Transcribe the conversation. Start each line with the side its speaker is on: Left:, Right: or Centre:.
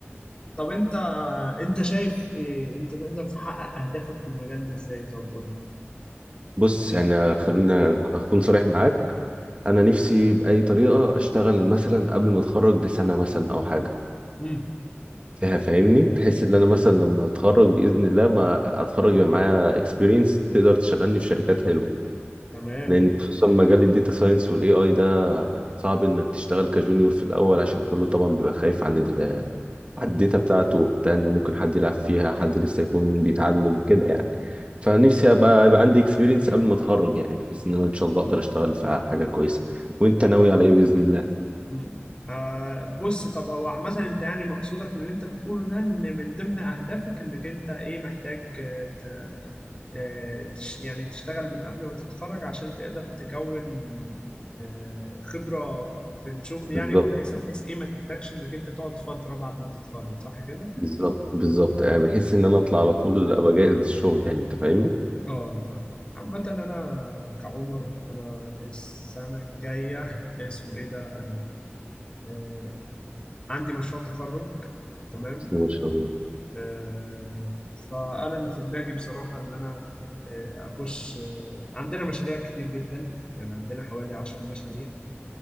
Left: طب انت انت شايف إيه؟ انت تقدر تحقق اهدافك في المجال ده ازاي طب قول لي
Right: بص يعني خلينا أكون صريح معاك أنا نفسي بأي طريقة أشتغل مثلا قبل ما أتخرج بسنة مثلا أو حاجة
Left: امم
Right: فيها فاهمني بحيث إن أنا مثلا لما أتخرج بإذن الله ما أتخرج يبقى معايا إكسبيرينس تقدر تشغلني في شركات حلوة
Left: تمام
Right: لأن خصوصا مجال الداتا ساينس والإي آي ده صعب انك تشتغل كجونيور في الاول عشان كله طبعا بيبقى خايف عن ال على الداتا بتاعته بتاع إن ممكن حد يلعب فيها حد لسه يكون بيتعلم كده يعني فنفسي ابقى يبقى عندي اكسبيرينس قبل ما اتخرج يعني بحيث ان انا ان شاء الله اقدر اشتغل في حاجه كويسه وانت ناوي على ايه باذن الله
Left: مم. آه بص طب هو عامة انت يعني مقصودك من اللي انت بتقوله ده ان من ضمن اهدافك انك انت ايه محتاج آه، ت- آه، تش يعني تشتغل من قبل ما تتخرج عشان تقدر تكون آه، خبرة في الشغل يعني
Right: بالظبط
Left: كويسة بحيث ايه ما تحتاجش انك انت تقعد فترة بعد ما تتخرج صح كده؟
Right: بالظبط بالظبط آه، بحيث ان انا اطلع على طول ابقى جاهز للشغل يعني انت فاهمني
Left: اه انا فاهم عامة انا كعمر انا السنة الجاية <laughs> اسمه ايه ده آه، آه، عندي مشروع تخرج تمام
Right: بسم الله ما شاء الله
Left: آه، فأنا اللي في دماغي بصراحة اللي أنا آه، أخش آه، عندنا مشاريع كتير جدا يعني عندنا حوالي عشر مشاريع